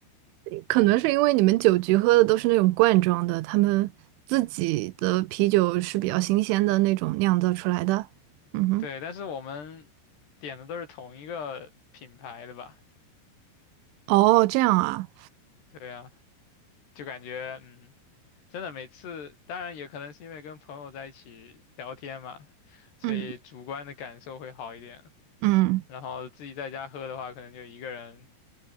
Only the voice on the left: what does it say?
对，但是我们点的都是同一个品牌的吧？
对啊，就感觉嗯，真的每次，当然也可能是因为跟朋友在一起聊天嘛，所以主观的感受会好一点。
然后自己在家喝的话，可能就一个人